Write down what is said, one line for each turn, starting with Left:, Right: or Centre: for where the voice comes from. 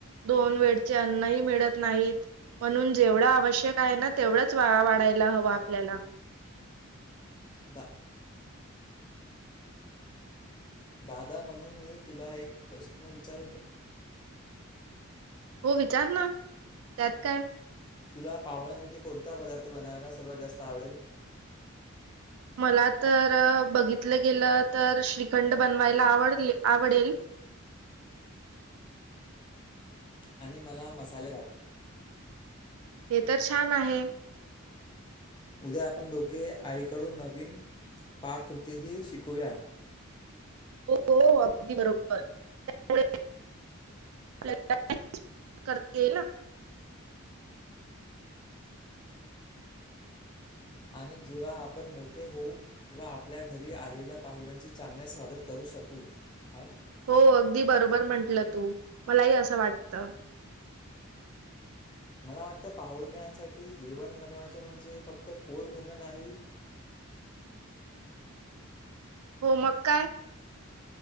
Right: दोन वेळचे अन्नही मिळत नाहीत म्हणून जेवढं आवश्यक आहे ना तेवढंच वा वाढायला हवं आपल्याला
Left: दा दादा म्हणून मी तुला एक प्रश्न विचारू का
Right: हो विचार ना त्यात काय
Left: तुला पाहुण्यासाठी कोणता पदार्थ बनावायला सर्वात जास्त आवडेल
Right: मला तर बघितलं गेलं तर श्रीखंड बनवायला आवड आवडेल
Left: आणि मला मसाले भात
Right: हे तर छान आहे.
Left: उद्या आपण दोघे आईकडून नवीन पाककृतीही शिकूया
Right: हो हो अगदी बरोबर त्यामुळे <unintelligible>
Left: आणि जेव्हा आपण मोठे होऊ तेव्हा आपल्या घरी आलेल्या पाहुण्यांचे चांगले स्वागत करू शकू आहे ना
Right: हो अगदी बरोबर म्हंटलं तू मलाही असं वाटतं
Left: मला वाटतं पाहुण्यांसाठी जेवण बनवायच म्हणजे फक्त पोट भरणं नाही
Right: हो मग काय